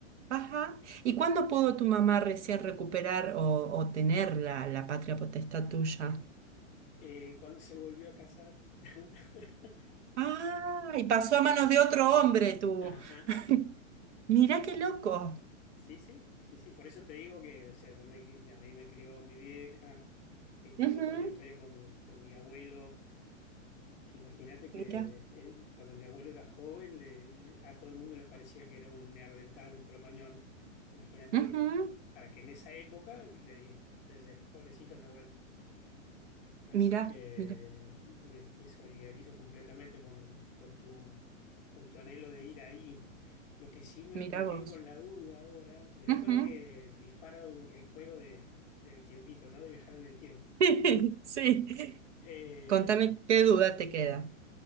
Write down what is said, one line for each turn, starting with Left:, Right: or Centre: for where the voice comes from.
Right: Ajá. ¿Y cuándo pudo tu mamá recién recuperar o, o tener la, la patria potestad tuya?
Left: Eh, cuando se volvió a casar. <laughs>
Right: Ah, y pasó a manos de otro hombre, tú.
Left: Ajá.
Right: <laughs> Mirá qué loco.
Left: Sí, sí, sí, sí. Por eso te digo que, o sea, yo me, a mí me crió mi vieja, eh, tengo
Right: Ujú.
Left: toda una historia con, con mi abuelo. Que imagínate que
Right: Mirá.
Left: eh, cuando mi abuelo era joven, le- a todo el mundo le parecía que era un neandertal, un cromañón. Imagínate
Right: Ujú.
Left: lo que, para que en esa época le di- creyera, pobrecita mi abuela. Así
Right: Mirá,
Left: que
Right: mirá,
Left: me, me solidarizo completamente con, con tu, con tu anhelo de ir ahí. Lo que sí me,
Right: mirá
Left: me quedo
Right: vos.
Left: con la duda ahora, mirá
Right: Ujú.
Left: todo lo que dispara un- el juego de- del tiempito, ¿no? De viajar en el tiempo.
Right: <laughs> Sí.
Left: Eh,
Right: Contame qué duda te queda.